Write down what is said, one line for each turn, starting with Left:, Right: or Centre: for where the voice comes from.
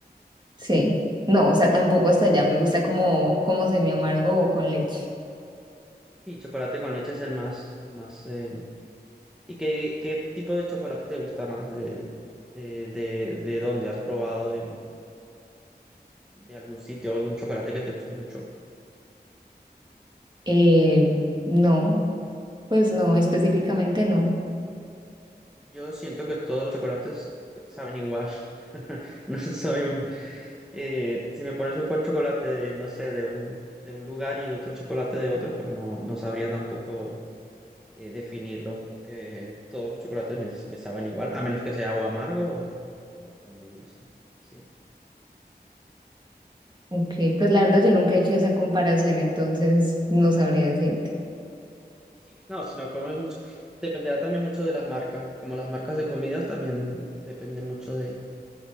Right: Sí. No, o sea, tampoco hasta allá. Me gusta como, como semi amargo o con leche.
Centre: Sí, chocolate con leche es el más, el más. eh, ¿Y qué, qué tipo de chocolate te gusta más? ¿De, de, de, de dónde has probado? em, ¿De, algún sitio, algún chocolate que te guste mucho?
Right: Eh, no, pues no, específicamente no.
Centre: Yo siento que todos los chocolates eh, saben igual. <laughs> No soy un- eh, si me pones un col- chocolate, de, no sé, de un, de un lugar y otro chocolate de otro, pues no, no sabría tampoco eh, definirlos porque todos los chocolates me, me saben igual, a menos que sea o amargo o, o- o muy dulce. Sí.
Right: Ok, pues la verdad yo nunca he hecho esa comparación, entonces no sabría decirte.
Centre: Sí, No, sino comes mucho. Dependerá también mucho de las marcas. Como las marcas de comidas también depende mucho de,